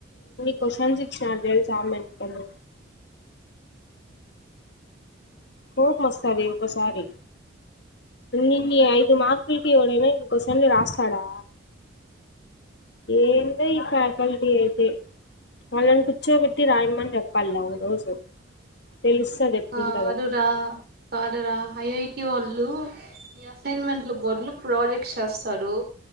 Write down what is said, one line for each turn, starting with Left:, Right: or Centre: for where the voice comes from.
Left: క్యూస్షన్స్ ఇచ్చినారు తెలుసా మెంటలు కోపం మస్తది ఇంకోసారి నిన్న ఐదు మార్క్ లకు ఎవడైనా ఇంకోసారి రాస్తాడా ఏందో ఈ ఫ్యాకల్టీ అయితే వాళ్ళని కూర్చోబెట్టి రాయమ్మని చేప్పాలా ఓక రోజు తెలుస్తది ఎట్లుంటదో
Right: ఆ అరురా కాదురా ఐ ఐ టి వాళ్ళు ఈ అసైన్మెంట్ల బోర్డులు ప్రాజెక్ట్ చేస్తారు